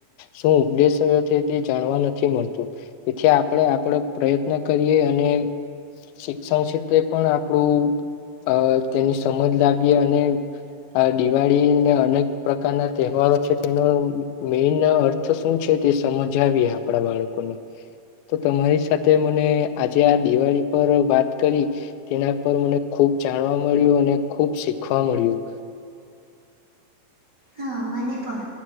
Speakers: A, on the left (about 85°); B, on the right (about 65°).
A: શું ઉપદેશયો છે તે જાણવા નથી મળતું તેથી આપણે આપડો પ્રયત્ન કરીએ અને શિક્ષણ ક્ષેત્રે પણ આપણું અ તેની સમજ લાવીએ અને આ દિવાળીને અનેક પ્રકારના તહેવારો છે તેનો મેન તો શું છે તે સમજાવીએ આપણા બાળકોને. તો તમારી સાથે મને આજે આ દિવાળી પર વાત કરી તેના પર મને ખુબ જાણવા મળ્યું અને ખુબ શીખવા મળ્યું
B: હા મને પણ